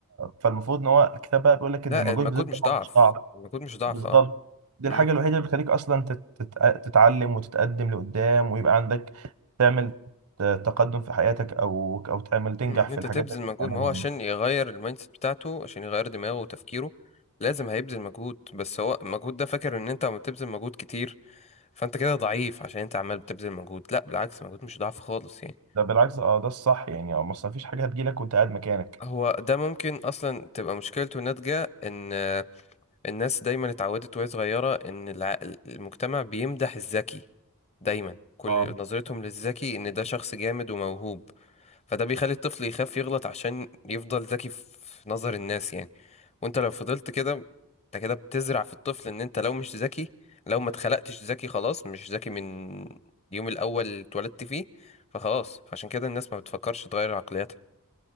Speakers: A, on the right; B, on the left.
A: فالمفروض ان هو الكتاب بقى بيقول لك
B: لا
A: ان المجهود
B: المجهود
A: اللي بيبذله
B: مش ضعف
A: ده هو مش ضعف
B: المجهود مش ضعف
A: بالظبط
B: اه
A: دي الحاجة
B: امم
A: الوحيدة اللي بتخليك اصلا تت- تت- تتعلم وتتقدم لقدام ويبقى عندك تعمل ت- تقدم في حياتك او او تعمل تنجح
B: ان
A: في
B: انت
A: الحاجات
B: تبذل
A: اللي انت
B: مجهود
A: بتعملها
B: ما هو عشان
A: يعني
B: يغير المايند سيت بتاعته عشان يغير دماغه وتفكيره لازم هيبذل مجهود بس هو المجهود ده فاكر ان انت عم تبذل مجهود كتير فانت كده ضعيف عشان انت عمال بتبذل مجهود لا بالعكس مجهود مش ضعف خالص يعني
A: ده بالعكس اه ده الصح يعني اه ما أصل مفيش حاجة هتجيلك وانت قاعد مكانك
B: هو ده ممكن اصلا تبقى مشكلته ناتجة ان آه، الناس دايما اتعودت وهي صغيرة ان الع- المجتمع بيمدح الذكي دايما كل
A: اه
B: نظرتهم للذكي ان ده شخص جامد وموهوب فده بيخلي الطفل يخاف يغلط عشان يفضل ذكي في نظر الناس يعني وانت لو فضلت كده انت كده بتزرع في الطفل ان انت لو مش ذكي لو ما اتخلقتش ذكي خلاص مش ذكي من اليوم الاول اللي اتولدت فيه فخلاص عشان كده الناس ما بتفكرش تغير عقليتها